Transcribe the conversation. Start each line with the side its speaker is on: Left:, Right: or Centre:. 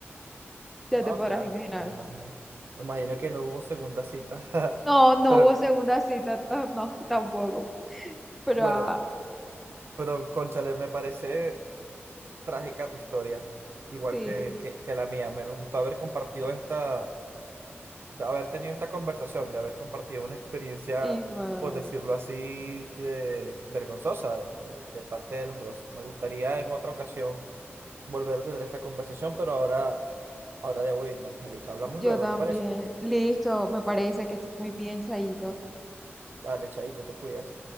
Centre: ya
Right: no,
Centre: te podrás
Right: claro,
Centre: imaginar.
Right: me imagino. Me imagino que no hubo segunda cita.
Centre: No,
Right: <laughs>
Centre: no
Right: Pero
Centre: hubo segunda cita, ta- no, tampoco, pero
Right: bueno,
Centre: ah,
Right: pero cónchale, me parece trágica tu historia, igual
Centre: sí,
Right: que, que, que la mía. Me, me gustó haber compartido esta, de haber tenido esta conversación, de haber compartido una experiencia,
Centre: igual.
Right: por decirlo así, que, vergonzosa de, de parte de los dos. Me gustaría en otra ocasión volver a tener esta conversación, pero ahora, ahora debo irme, Angélica. Hablamos
Centre: Yo
Right: luego,
Centre: también.
Right: ¿te parece?
Centre: Listo, me parece que estoy muy bien, Chaito.
Right: Dale, chaito, te cuidas.